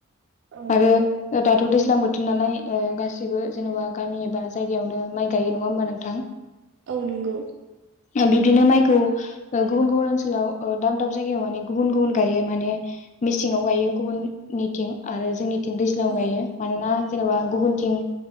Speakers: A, on the right (about 55°); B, on the left (about 35°).
A: औ
B: आरो
A: नंगौ
B: दा थ' दैज्लां बोथोर नालाय ओ गासिबो जेन'बा गामि एबा जायगायावनो माइ गाइयो नङा होमबा नोंथां?
A: औ नोंगौ।
B: ओ बिब्दिनो माइखौ ओ गुबुन गुबुन ओनसोलाव ओ दाब दाब जायगायाव माने गुबुन गुबुन गायो माने मेसिङाव गायो गुबुननिथिं आरो जोंनि थिं दैज्लाङाव
A: औ
B: गायो मानोना जेनोबा गुबुनथिं